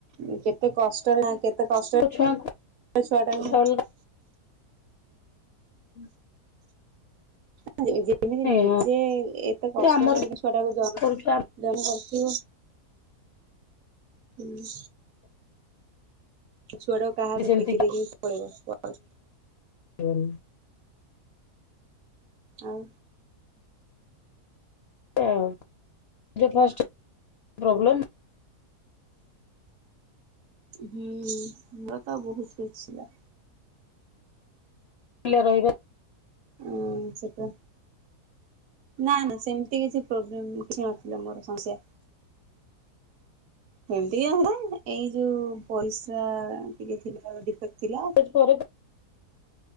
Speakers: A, on the right; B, on the left.
A: ଉଁ କେତେ କଷ୍ଟରେ ନା କେତେ କଷ୍ଟ ଏ
B: ଛୁଆଙ୍କୁ
A: ଛୁଆଟାକୁ ମୁଁ
B: ଅଲଗା ହୁଁ।
A: <unintelligible> ଯେମିତି ନିଜେ
B: ହଁ
A: ଏତେ କଷ୍ଟ
B: ଆମର
A: କରିକି ଛୁଆଟାକୁ ଜନ୍
B: କରୁଛୁ
A: ଜନ୍ମ କରଥିବି ହୁଁ। ଛୁଆଟାକୁ କାହା
B: ଆମେ
A: ହାତରେ
B: ସେମିତି
A: ଟେକି ଦେଇକି ପଳେଇବ କୁଆଡେ।
B: ଉଁ।
A: ଆଉ
B: ଏ ଆଉ ଯେ ଫାଷ୍ଟେ ପ୍ରୋବ୍ଲେମ୍
A: ହୁଁ ମୋର ତ ବୋହୁତ <unintelligible> ଲା
B: ପିଲା ରହିବା
A: ଉଁ ସେଟୁ ନା ନା ସେମତି କିଛି ପ୍ରୋବ୍ଲେମ୍ କିଛି ନଥିଲା ମୋର। ସମସ୍ୟା ହେନ୍ତି ଆଉ ଗୋଟେ ଏଇ ଯୋଉ ପରିସ୍ରା ଟିକେ ଥିଲା ଡିଫେକ୍ଟ୍ ଥିଲା।
B: ପରିସ୍ରା